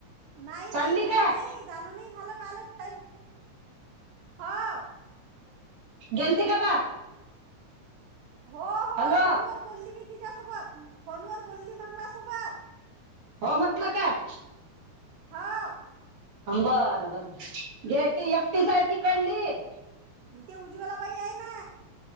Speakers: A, on the right; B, on the right.
A: नाही,
B: चालली
A: नाही गेली
B: काय?
A: नाही. जाणं नाही झाल, पण हो.
B: गेलती का बा?
A: हो. हो
B: हॅलो.
A: फोनवर बोलली मी तिझ्यासोबत फोनवर बोलली मग माझ्यासोबत.
B: हो म्हटलं काय?
A: होव.
B: बर, बर‌. गेलती एकटीच
A: हां
B: हाय तिकडली.
A: ते उज्वला बाई आहे ना